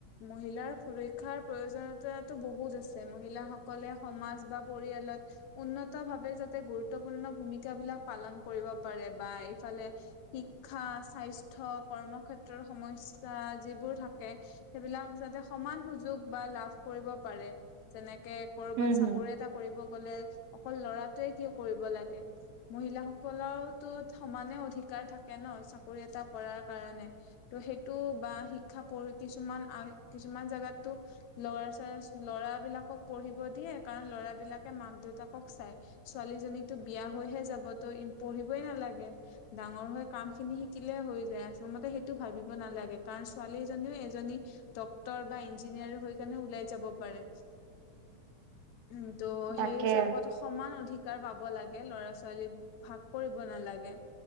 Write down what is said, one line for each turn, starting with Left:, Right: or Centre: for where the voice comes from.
Left: মহিলাৰ সুৰক্ষাৰ প্ৰয়োজনীয়তাটো বহুত আছে, মহিলাসকলে সমাজ বা পৰিয়ালত উন্নত ভাৱে যাতে বহুতে গুৰুত্বপূৰ্ণ ভূমিকা বিলাক পালন কৰিব পাৰে বা এইফালে শিক্ষা, স্বাস্থ্য, <unintelligible> কৰ্মক্ষেত্ৰ ৰ সমস্যা যিবোৰ থাকে সেইবিলাক যাতে সমান সুযোগ বা লাভ কৰিব পাৰে। যেনেকে ক'ৰবাত
Right: উম,
Left: চাকৰি
Right: হুম,
Left: এটা কৰিব গ'লে অকল ল'ৰাটোৱে কিয় কৰিব লাগে। মহিলাাসকলৰতো সমানে অধিকাৰ থাকে ন চাকৰি এটা কৰাৰ কাৰণে। ত' সেইটো বা শিক্ষা ওপৰি কিছুমান আ কিছুমান জাগাতো ল'ৰা ছৰা ল'ৰা বিলাকক পঢ়িব দিয়ে, কাৰণ ল'ৰা বিলাকে মাক দেউতাকক চাই ছোৱালীজনীতো বিয়া হৈ হে যাব, ত, পঢ়িবই নালাগে, ডাঙৰ হৈ কাম খিনি শিকিলেহে হৈ যায়, আচলতে ভাবিব নালাগে, কাৰণ ছোৱালীজনীও এজনী ডক্তৰ বা ইঞ্জিনিয়াৰ হৈ উলাই যাব পাৰে। <unintelligible>
Right: <inaudible>
Left: উম, কিন্ত'
Right: তাকে
Left: সেই হিচাপত সমান অধিকাৰ পাব লাগে ল'ৰা ছোৱালী ভাগ কৰিব নালাগে।